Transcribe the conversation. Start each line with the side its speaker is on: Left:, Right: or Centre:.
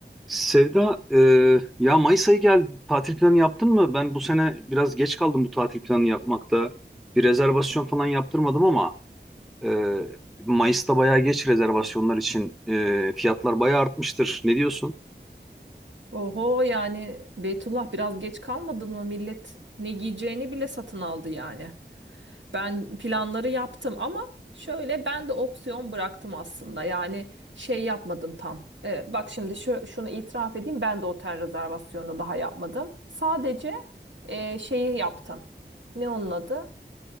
Centre: Sevda, e, ya Mayıs ayı geldi. Tatil planı yaptın mı? Ben bu sene biraz geç kaldım bu tatil planı yapmakta. Bir rezervasyon falan yaptırmadım ama e, Mayıs'ta bayağı geç rezervasyonlar için e, fiyatlar bayağı artmıştır. Ne diyorsun?
Right: Oho yani Beytullah biraz geç kalmadın mı? Millet ne giyeceğini bile satın aldı yani. Ben planları yaptım ama şöyle ben de opsiyon bıraktım aslında. Yani şey yapmadım tam. Ee, bak şimdi şu, şunu itiraf edeyim ben de otel rezervasyonu daha yapmadım. Sadece e, şeyi yaptım. Ne onun adı?